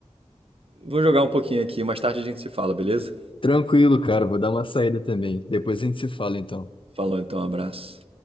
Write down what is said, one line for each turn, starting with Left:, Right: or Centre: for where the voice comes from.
Right: vou jogar um pouquinho aqui, mais tarde a gente se fala, beleza?
Left: Tranquilo, cara, vou dar uma saída também. Depois a gente se fala então.
Right: Falou então, abraço.